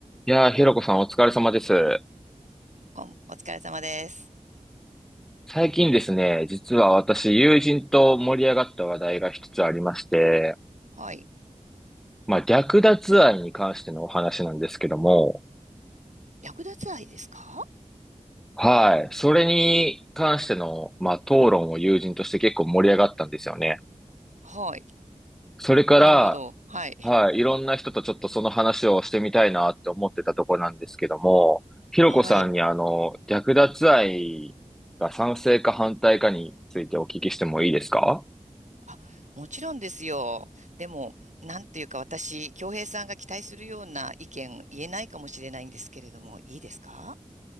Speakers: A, in the centre; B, on the right.
A: いやー、ひろこさんお疲れ様です。
B: こん、お疲れ様です。
A: 最近ですね、実は私、友人と盛り上がった話題が一つありまして、
B: はい。
A: まあ、略奪愛に関してのお話なんですけども、
B: 略奪愛ですか
A: はい。それに関しての、まあ、討論を友人として結構盛り上がったんですよね。
B: はい。
A: それから、
B: なるほど。はい。
A: はい。いろんな人とちょっとその話をしてみたいなって思ってたとこなんですけども、ひろこさんにあの、
B: はい。
A: 略奪愛が賛成か反対かについてお聞きしてもいいですか
B: あ、もちろんですよ。でも、なんというか私、京平さんが期待するような意見言えないかもしれないんですけれども、いいですか